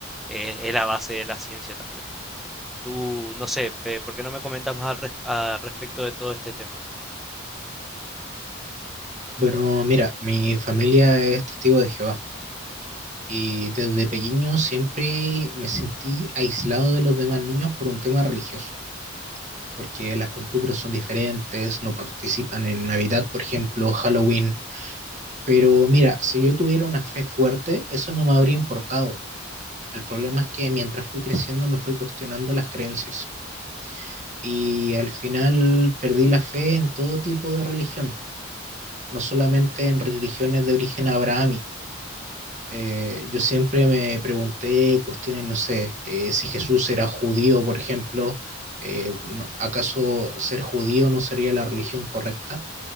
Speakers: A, in the centre; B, on the right.
A: eh, es la base de la ciencia también. Tú, no sé, pe- ¿por qué no me comentas más al, res- al respecto de todo este tema?
B: Bueno, mira, mi familia es testigo de Jehová. Y desde pequeño siempre me sentí aislado de los demás niños por un tema religioso, porque las costumbres son diferentes, no participan en Navidad, por ejemplo, Halloween. Pero mira, si yo tuviera una fe fuerte, eso no me habría importado. El problema es que mientras fui creciendo me fui cuestionando las creencias y al final perdí la fe en todo tipo de religión, no solamente en religiones de origen abrahámico Eh, yo siempre me pregunté cuestiones, no sé, eh, si Jesús era judío, por ejemplo, eh, no- ¿acaso ser judío no sería la religión correcta?